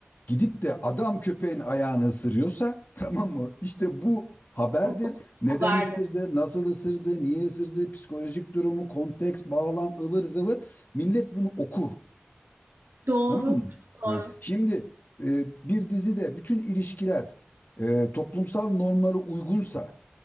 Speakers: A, on the left; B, on the right.
A: gidip de adam köpeğin ayağını ısırıyorsa <laughs> tamam mı? İşte bu haberdir.
B: O- o
A: Neden
B: Haberde.
A: ısırdı, nasıl ısırdı, niye ısırdı, psikolojik durumu, konteks, bağlam, ıvır zıvır. Millet bunu okur.
B: Doğru.
A: Tamam mı?
B: Çok
A: Ha,
B: doğru.
A: şimdi e, bir dizide bütün ilişkiler e, toplumsal normlara uygunsa